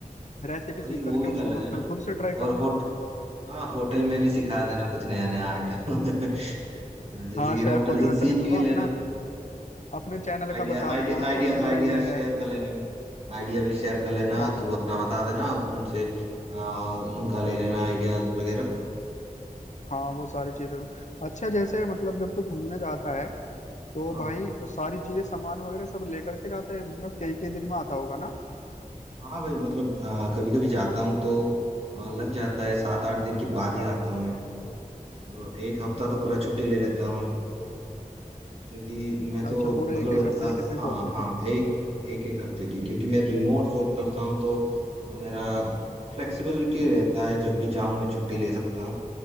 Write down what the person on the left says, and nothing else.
रेसिपी
सीख
करके
उसको
मैं
फिर खुद से ट्राई करूंगा
हाँ
शेफ
वगैरह
से
मिल लूंगा
अपना अपने चैनल
का बता
दूंगा उनको
कि
मेरा ये
है
हाँ
हाँ वो सारी चीजें अच्छा जैसे मतलब जब तू घूमने जाता है तो
भाई सारी चीजें सामान वगैरह सब लेकर के जाता है मतलब कई कई दिन में आता होगा ना
अच्छा
पूरे एक एक हफ्ते
की ट्रिप
होती है
तेरी